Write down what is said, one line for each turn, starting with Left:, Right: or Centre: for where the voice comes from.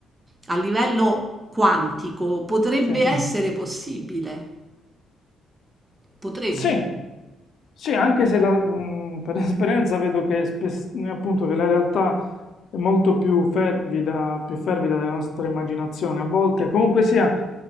Right: a livello quantico potrebbe
Left: sì.
Right: Sì. essere possibile, potrebbe.
Left: Sì, sì, anche se la- mh, per <laughs> esperienza vedo che, spes- appunto, che la realtà è molto più fervida, più fervida della nostra immaginazione. A volte, comunque sia,